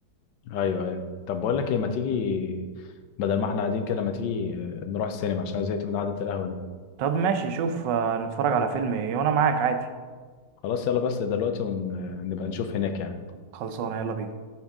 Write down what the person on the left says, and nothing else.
ايوه ايوه طب بقول لك ايه ما تيجي بدل ما احنا قاعدين كده ما تيجي آه، نروح السينما عشان أنا زهقت من قعده القهوه دي
خلاص يلا بس دلوقتي ونبقى نشوف هناك يعني